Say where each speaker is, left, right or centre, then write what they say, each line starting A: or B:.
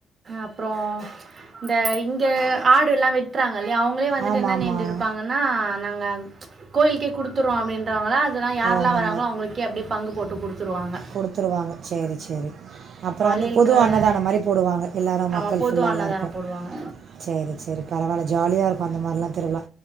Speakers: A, on the right (about 45°); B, on the right (about 65°).
A: அப்றோ ம்ச் இந்த இங்கே ஆடு எல்லா வெட் ட்ராங்க இல்லையா அவங்களே வந்துட்டு
B: ஆமாம்
A: என்ன
B: ஆமாம்
A: நேந்துருப்பாங்கன்னா நாங்க கோயிலுக்கே கொடுத் த்துறுவோ அப்படின்றவங்களா அதெல்லா யாரலா
B: ஓ அந்த
A: வராங்களோ அவங்களுகே அப்டியே பங்கு போட்டு குடுத்துருவாங்க
B: குடுதுருவாங்க சேரி சேரி அப்றோ
A: வளையல்
B: வந்து பொதுவா
A: கடை
B: அன்னதான மாரி போடுவாங்க எல்லோரு
A: ஆமாம்
B: மக்கள்
A: பொது
B: ஃபுல்லா
A: அன்னதானம்
B: எல்லோருக்கு
A: போடுவாங்க
B: சேரி சேரி பரவால்ல ஜாலியா இருக்கு அந்த மாரிலா திருவிழா